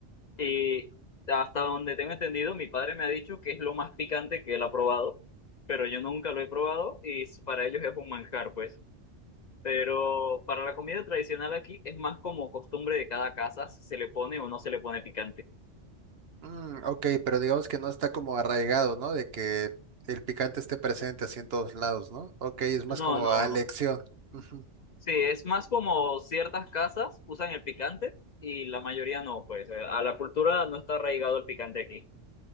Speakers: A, on the left; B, on the right.
A: Y hasta donde tengo entendido, mi padre me ha dicho que es lo más picante que él ha probado, pero yo nunca lo he probado y s- para ellos es un manjar, pues. Pero para la comida tradicional aquí es más como costumbre de cada casa, si se le pone o no se le pone picante.
B: Mm, ok, pero digamos que no está como arraigado, ¿no? De que el picante esté presente así en todos lados, ¿no? Ok, es más
A: No,
B: como
A: no.
B: a elección. Ujú.
A: Sí, es más como ciertas casas usan el picante y la mayoría no, pues. eh, A la cultura no está arraigado el picante aquí.